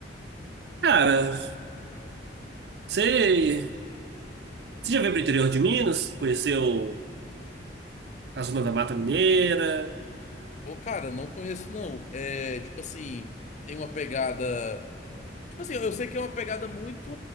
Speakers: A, on the right (about 60°); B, on the left (about 40°).
A: Cara, você, você já veio pro interior de Minas? Conheceu a zona da Mata Mineira,
B: Ô, cara, não conheço não. É, tipo assim, tem uma pegada. Tipo assim, eu sei que é uma pegada muito